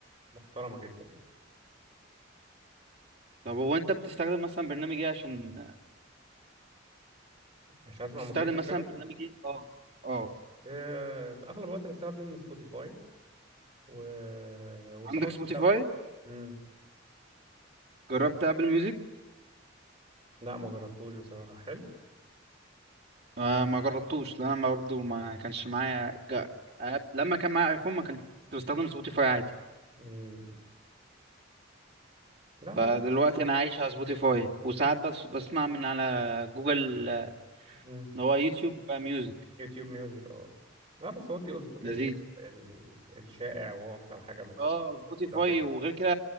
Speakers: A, on the right; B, on the right.
A: محترمة جدا يعني
B: طب هو انت بتستخدم مثلا برنامج ايه عشان
A: مش هسمع
B: تستخدم
A: موسيقى
B: مثلا
A: وكده
B: برنامج ايه اه اه
A: آه، في أغلب الوقت بستخدم سبوتيفاي و... وساوند
B: عندك سبوتيفاي
A: كلاود مم.
B: جربت ابل ميوزك
A: لا ما جربتوش بصراحة حلو
B: آه ما جربتوش لان انا برضه ما كانش معايا ج... آب... لما كان معايا ايفون ما كنت بستخدم سبوتيفاي عادي
A: مم. لا هو
B: فدلوقتي انا عايش على سبوتيفاي وساعات بس بسمع من على جوجل آه،
A: مم.
B: اللي هو يوتيوب ميوزك
A: يوتيوب ميوزك اه لا بس هو تيو- سبوتيفاي
B: لذيذ
A: ال- الشائع وهو اكتر حاجه مت-
B: اه سبوتيفاي
A: بتستخدمها
B: وغير كده